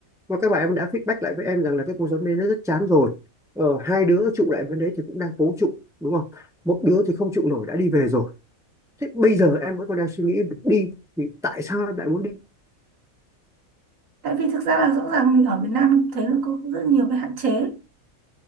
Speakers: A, in the centre; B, on the right.
A: và các bạn em đã feedback lại với em rằng là cái cuộc sống bên đấy nó rất chán rồi Ờ, hai đứa trụ lại bên đấy thì cũng đang cố trụ đúng không một đứa thì không trụ nổi đã đi về rồi thế bây giờ em vẫn còn đang suy nghĩ đi thì tại sao em lại muốn đi
B: tại vì thực ra là rõ ràng mình ở Việt Nam mình cũng thấy nó có rất nhiều cái hạn chế